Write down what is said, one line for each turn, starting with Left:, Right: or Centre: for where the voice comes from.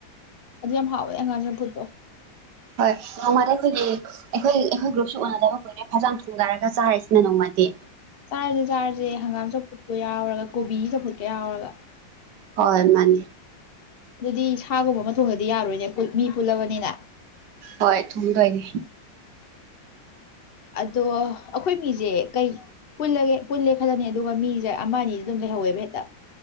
Left: ꯑꯗꯨ ꯌꯥꯝ ꯍꯥꯎꯋꯦ ꯍꯪꯒꯥꯝ ꯆꯝꯐꯨꯠ ꯇꯣ
Right: ꯍꯣꯏ ꯅꯣꯡꯃꯗ ꯑꯩꯈꯣꯏꯒꯤ ꯑꯩꯈꯣꯏ-ꯑꯩꯈꯣꯏ ꯒ꯭ꯔꯨꯞꯁꯨ ꯎꯅꯗꯕ ꯀꯨꯏ ꯐꯖꯟ ꯊꯣꯡꯗꯥꯔꯒ ꯆꯥꯔꯁꯤꯅ ꯅꯣꯡꯃꯗꯤ
Left: ꯆꯥꯔꯖꯦ ꯆꯥꯔꯖꯦ ꯍꯪꯒꯥꯝ ꯆꯧꯐꯨꯠꯀ ꯌꯥꯎꯔꯒ ꯀꯣꯕꯤ ꯆꯧꯐꯨꯠꯀ ꯌꯥꯎꯔꯒ
Right: ꯍꯣꯏ ꯃꯥꯅꯦ
Left: ꯑꯗꯨꯗꯤ ꯁꯥꯒꯨꯝꯕ ꯑꯃꯥ ꯊꯣꯡꯗꯔ꯭ꯗꯤ ꯌꯥꯔꯣꯏꯅꯦ ꯃꯤ ꯄꯨꯜꯂꯕꯅꯤꯅ
Right: ꯍꯣꯏ ꯊꯨꯝꯗꯣꯏꯅꯤ
Left: ꯑꯗꯣ ꯑꯩꯈꯣꯏ ꯃꯤꯖꯦ ꯀꯩ ꯄꯨꯜꯂꯒꯦ ꯄꯨꯜꯂꯦ ꯈꯜꯂꯅꯤ ꯑꯗꯨꯒ ꯃꯤꯖꯦ ꯑꯃ ꯑꯅꯤꯗꯤ ꯑꯗꯨꯝ ꯂꯩꯍꯧꯋꯦꯕ ꯍꯦꯛꯇ